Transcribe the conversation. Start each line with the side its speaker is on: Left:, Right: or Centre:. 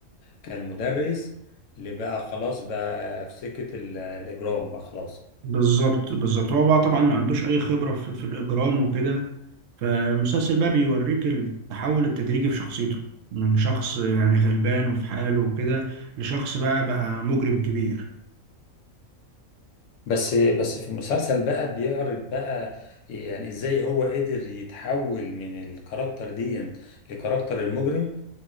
Left: كان مدرس اللي بقى خلاص بقى في سكة ال- الاجرام بقى خلاص
Right: بالظبط بالظبط هو بقى طبعا ما عندوش أي خبرة في, في الإجرام وكده فالمسلسل بقى بيوريك التحول التدريجي في شخصيته من شخص يعني غلبان وفي حاله وكده لشخص بقى بقى مجرم كبير
Left: بس بس في المسلسل بقى بيعرض بقى يعني ازاي هو قدر يتحول من الكاركتر دي لكاركتر المجرم